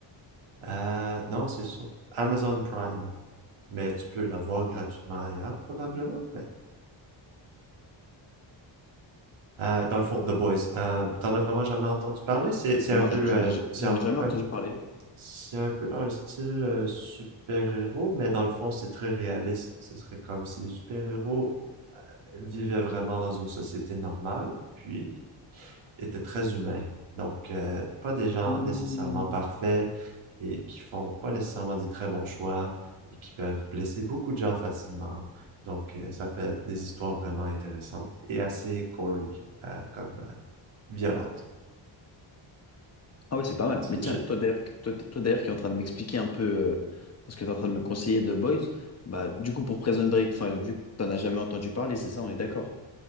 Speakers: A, on the right (about 80°); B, on the left (about 30°).
A: Euh, non, c'est sur Amazon Prime. mais tu peux l'avoir gratuitement ailleurs, probablement. Mais, euh, dans le fond, The Boys, euh, t'en as vraiment jamais entendu parler? C'est c'est un
B: Non,
A: peu,
B: je- j'en
A: euh,
B: ai,
A: c'est
B: j'en
A: un,
B: ai jamais entendu
A: un-
B: parler.
A: c'est un peu dans le style euh, super-héros, mais dans le fond, c'est très réaliste. Ce serait comme si les super-héros vivaient vraiment dans une société normale, puis étaient très humains. Donc, euh, pas des gens
B: Hmm.
A: nécessairement parfaits et qui font pas nécessairement des très bons choix et qui peuvent blesser beaucoup de gens facilement. Donc, euh, ça fait des histoires vraiment intéressantes et assez gory, euh, comme euh, violentes.
B: Ah ouais, c'est pas mal.
A: Si
B: Mais tiens,
A: je...
B: toi d'ailleurs, toi, toi d'ailleurs qui est en train de m'expliquer un peu euh, ce que tu es en train de me conseiller de Boys, bah du coup pour Prison Break, enfin vu que t'en as jamais entendu parler, c'est ça, on est d'accord.